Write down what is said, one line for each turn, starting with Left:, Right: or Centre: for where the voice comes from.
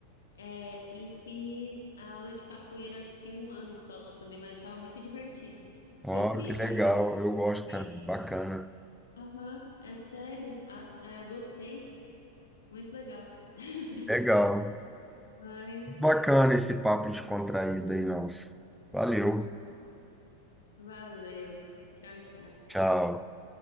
Left: é, e fiz a aula de capoeira acho que um ano só também, mas achava muito divertido.
Centre: Ó,
Left: Eu fiz,
Centre: que legal, eu gosto
Left: fiz,
Centre: também, bacana.
Left: aham, é sério, a- é, gostei. Muito legal. <laughs>
Centre: Legal,
Left: Mas,
Centre: bacana esse papo descontraído aí, nosso. Valeu,
Left: ah, valeu. Tchau, tchau.
Centre: tchau.